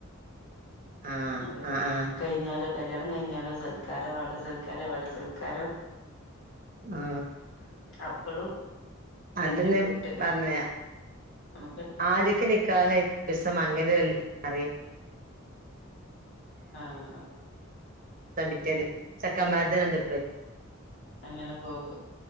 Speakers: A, on the right (about 45°); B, on the left (about 65°).
A: ആഹ്
B: അതെ.
A: ആഹ് ആഹ്
B: കല്യാണം കയ്ഞ്ഞാലോ സൽക്കാരം അവടെ സൽക്കാരം ഇവടെ സൽക്കാരം
A: ആഹ്
B: അപ്പളും ഇതന്നെ
A: അതന്നെ
B: ഫുഡ്
A: പറഞ്ഞേ
B: നമുക്കത്
A: ആദ്യ നിക്കാഹ് ഒരൂസം മംഗല കല്യാണറയും.
B: ആഹ് ആഹ്
A: <unintelligible> പിറ്റേദിവസം ചെക്കമ്മാര്ത് രണ്ട്
B: അങ്ങനെ പോകും.